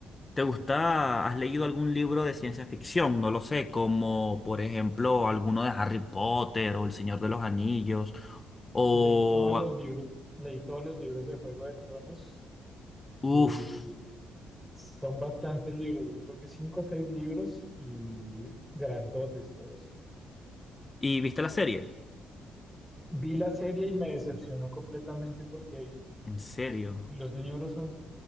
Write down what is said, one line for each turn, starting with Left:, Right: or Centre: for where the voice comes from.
Left: ¿te gusta, has leído algún libro de ciencia ficción? No lo sé, como por ejemplo alguno de Harry Potter o El Señor de los Anillos o...
Centre: leí todos los libros, leí todos los libros de Juego de Tronos
Left: Uf.
Centre: y son bastantes libros, yo creo que cinco o seis libros y grandotes todos.
Left: ¿Y viste la serie?
Centre: Vi la serie y me decepcionó completamente porque
Left: ¿En serio?
Centre: los libros son